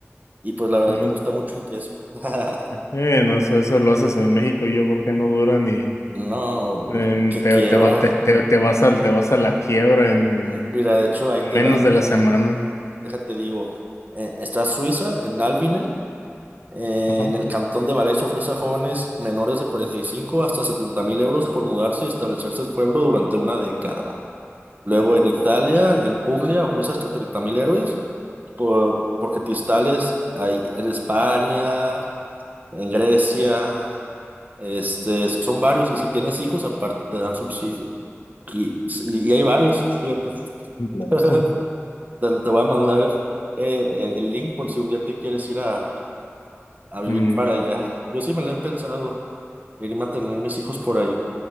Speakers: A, on the right; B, on the left.
A: Y pues la verdad
B: Bien.
A: me gusta mucho el queso. <laughs>
B: Eh, no, eso, eso lo haces en México, yo creo que no dura ni,
A: No,
B: em,
A: que
B: te,
A: quiebra.
B: te, va- te, te, te vas al, te vas a la quiebra en, en,
A: Mi- Mira, de hecho, ahí
B: en
A: te
B: menos
A: van.
B: de la semana.
A: Déjate digo, eh, está Suiza, en Albinen, eh,
B: Ajá.
A: en el cantón de Valais ofrece a jóvenes menores de 45 hasta setenta mil euros por mudarse y establecerse en el pueblo durante una década. Luego en Italia, en Puglia, ofrece hasta treinta mil euros por, porque Tistales hay en España, en Grecia, este, son varios. Y si tienes hijos, aparte te dan subsidio. Y, y hay varios, fíjate.
B: No
A: <laughs>
B: sé.
A: Te, te voy a mandar eh, el, el link por si un día te quieres ir a, a vivir
B: Mm,
A: para allá. Yo sí me lo he pensado, irme a tener mis hijos por ahí,